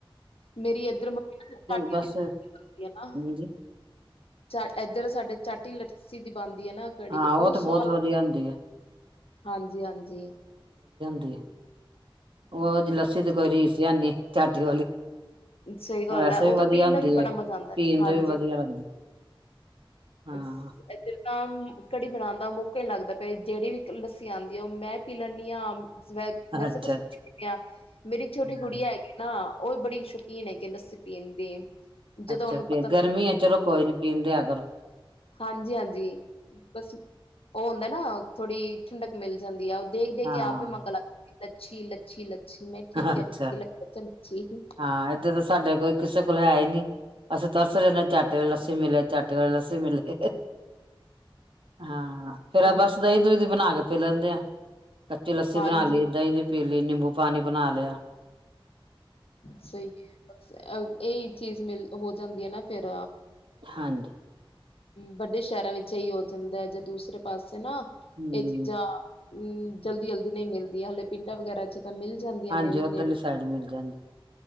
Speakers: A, on the left; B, on the right.
A: ਮੇਰੀ ਏਦਰ ਮੰਮੀ
B: ਬਸ
A: <unintelligible>
B: ਹਾਂਜੀ
A: ਏਦਰ ਸਾਡੇ ਚਾਟੀ ਦੀ ਲ, <unintelligible> ਨਾ ਕੜੀ,
B: ਹਾਂ
A: ਓਹ
B: ਉਹ ਤਾਂ ਬਹੁਤ
A: ਸਵਾਦ ਲਾਗਦੀ
B: ਵਧੀਆ ਹੁੰਦੀ
A: ਏ,
B: ਹੈ
A: ਹਾਂਜੀ, ਹਾਂਜੀ।
B: <unintelligible>
A: ਨਹੀਂ
B: ਓ ਦੀ ਲੱਸੀ
A: ਨਹੀਂ
B: ਦੀ ਕੋਈ ਰੀਸ ਈ ਐਨੀ। ਚਾਟੀ
A: ਸਹੀ ਗੱਲ
B: ਵੈਸੇ
A: ਏ,
B: ਵੀ
A: ਓ ਤਾ
B: ਵਧੀਆ
A: ਪੀਨ
B: ਹੁੰਦੀ
A: ਦਾ ਵੀ ਬੜਾ
B: ਹੈ
A: ਮਜ਼ਾ ਆਂਦੈ,
B: ਪੀਣ
A: ਹਾਂਜੀ।
B: ਦਾ ਵੀ ਵਧੀਆ ਲੱਗਦੀ
A: <inaudible>
B: ਹਾਂ
A: ਤਾਂ ਕੜੀ ਬਨਾਨ ਦਾ ਮੌਕਾ ਨੀ ਲਾਗਦਾ ਪਏ, ਜੇੜੀ ਵੀ ਲੱਸੀ ਆਂਦੀ ਏ ਓ ਮੈਂ ਪੀ ਲੈਨੀ ਆ ਵੈਸੇ
B: ਅੱਛਾ
A: ਤਾ <inaudible> ਮੇਰੀ ਛੋਟੀ
B: ਹਾਂ,
A: ਗੁੜੀਆ ਹੈਗੀ ਏ ਨਾ। ਓ ਵੀ ਬੜੀ ਸ਼ੌਕੀਨ ਹੈਗੀ ਏ ਲੱਸੀ ਪੀਨ ਦੀ। ਜਦੋਂ
B: ਅੱਛਾ
A: ਉਹਨੂੰ
B: ਫੇਰ,
A: ਪਤਾ ਲੱਗ
B: ਗਰਮੀ ਏ ਚਲੋ ਕੋਈ ਨੀ ਪੀਨ ਦਿਆ ਕਰੋ।
A: ਹਾਂਜੀ, ਹਾਂਜੀ ਬਾਸ ਓ ਹੁੰਦੈ ਨਾ ਥੋੜ੍ਹੀ ਠੰਡਕ ਮਿਲ ਜਾਂਦੀ ਯਾ ਦੇਖ, ਦੇਖ
B: ਹਾਂ,
A: ਕੇ ਆਪ ਹੀ <unintelligible> ਲੱਛੀ ਲ ਅੱਛੀ ਲੱਛੀ ਮੈਂ ਠੀਕ
B: ਅੱਛਾ
A: <unintelligible>
B: ਹਾਂ ਏਧਰ ਤਾਂ ਸਾਡੇ ਕੋਈ ਕਿਸੇ ਕੋਲ ਹੈ ਈ ਨੀ, ਅਸੀ ਤਰਸ ਰਹੇ ਨੇ ਚਾਟੇ ਅਲੀ ਲੱਸੀ ਮਿਲੇ ਚਾਟੇ ਆਲੇ ਲੱਸੀ ਮਿਲੇ, ਹਾਂ ਫੇਰ
A: ਚੱਲ
B: ਏ ਬਾਸ ਦਈ-ਦੂਈ ਦੀ ਬਨਾ ਕੇ ਪੀ ਲੈਂਦੇ ਆ। ਕੱਚੀ ਲੱਸੀ
A: ਹਾਂਜੀ
B: ਬਨਾ ਲੀ, ਦਾਈ ਦੀ ਪੇਲੇ ਨਿੰਬੂ ਪਾਨੀ ਬਨਾ ਲੇਆ।
A: ਸਹੀ ਏ ਬਾਸ <inaudible> ਏਈ ਚੀਜ਼ ਮੇਲ ਹੋ ਜਾਂਦੀ ਏ ਨਾ ਫੇਰ।
B: ਹਾਂਜੀ।
A: ਵੱਡੇ ਸੈ਼ਰਾਂ ਵਿੱਚ ਏਈਓ ਹੋ ਜਾਂਦੈ, ਜੇ ਦੂਸਰੇ ਪਾਸ ਨਾ
B: ਹੂੰ,
A: ਏ ਚੀਜਾ ਹੂੰ, ਜਲਦੀ-ਜਲਦੀ ਨਈ ਮਿਲਦੀਆਂ, ਹਲੇ ਪਿੰਡਾਂ ਵਗੈਰਾ ਚ ਮਿਲ ਜਾਂਦੀਆਂ
B: ਹਾਂਜੀ
A: ਨੇ ਵੀ
B: ਓਧਰਲੀ
A: ਨੇੜੇ
B: ਸਾਈਡ ਮਿਲ ਜਾਂਦੀ।